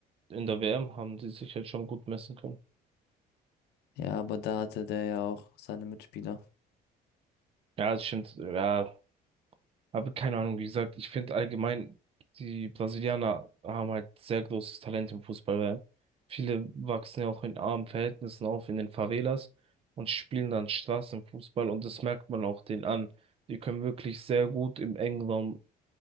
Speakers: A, on the right; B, on the left.
A: in der WM haben die sich halt schon gut messen können.
B: Ja, aber da hatte der ja auch seine Mitspieler.
A: Ja, das stimmt, ja, aber keine Ahnung, wie gesagt, ich finde allgemein, die Brasilianer haben halt sehr großes Talent im Fußball. weil Viele wachsen ja auch in armen Verhältnissen auf, in den Favelas und spielen dann Straßenfußball und das merkt man auch denen an. Die können wirklich sehr gut im engen Raum